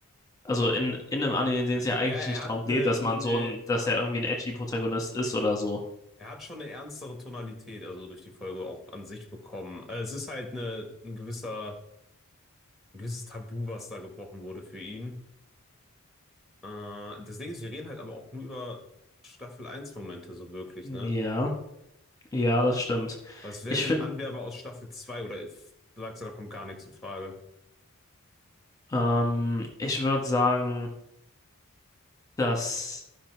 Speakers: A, on the left; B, in the centre.
A: also in, in einem Anime, in dem es ja eigentlich
B: Ja, er
A: nicht
B: hat
A: darum geht,
B: eine,
A: dass man
B: eine
A: so ein, dass er irgendwie ein edgy Protagonist ist oder so.
B: Er hat schon eine ernstere Tonalität, also durch die Folge auch an sich bekommen. Äh, es ist halt eine, ein gewisser, ein gewisses Tabu, was da gebrochen wurde für ihn. Äh, das Ding ist, wir reden halt aber auch nur über Staffel eins Momente so wirklich,
A: Ja,
B: ne?
A: ja, das stimmt.
B: Was
A: Ich
B: wären denn
A: finde,
B: Anwerber aus Staffel 2? oder if- du sagst ja, da kommt gar nichts in Frage.
A: ähm, ich würde sagen, dass